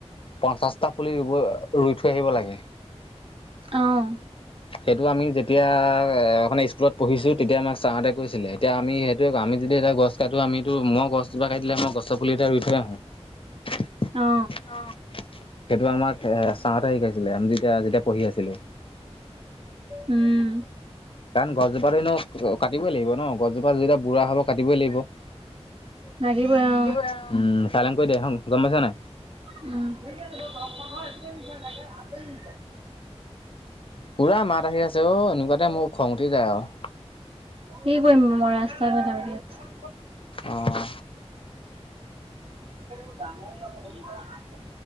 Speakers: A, on the left; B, on the right.
A: পঞ্চাশটা পুলি ৰুব, ৰুই থৈ আহিব লাগে।
B: অহ।
A: সেইটো আমি যেতিয়া, মিনে স্কুলত পঢ়িছোঁ তেতিয়া আমাক ছাৰহাঁতে কৈছিলে। এতিয়া আমি সেইটোৱে কওঁ। আমি যদি এটা গছ কাটো আমিটো, মই গছজোপা কাটিলে মই গছ পুলি এটা ৰুই থৈ আহোঁ।
B: <inaudible>
A: <unintelligible>
B: অ
A: অহ। সেইটো আমাক এ ছাৰহঁতে শিকাইছিলে, আমি যেতিয়া যেতিয়া পঢ়ি আছিলোঁ।
B: উম।
A: কাৰণ গছজোপাতো এনেইও কাটিবই লাগিব ন'। গছজোপা যেতিয়া বুঢ়া হ'ব কাটিবই লাগিব। <unintelligible>
B: লাগিবই অ
A: উম, চাইলেন কৰি দে হম, গম পাইছানে নাই।
B: উম। <unintelligible>
A: পুৰা মাত আহি আছে অহ, এনেকুৱাতে মোৰ খং উঠি যায় আৰু।
B: কি কৰিম মই ৰাস্তাত কথা পাতি আছোঁ।
A: অহ।
B: <unintelligible>